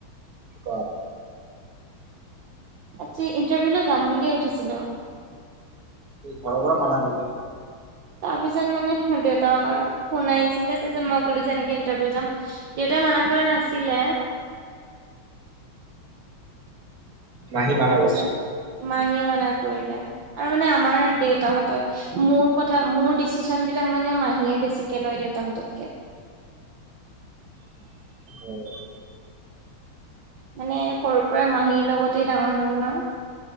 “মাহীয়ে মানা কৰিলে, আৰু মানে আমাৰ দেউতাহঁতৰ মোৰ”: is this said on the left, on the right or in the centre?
Right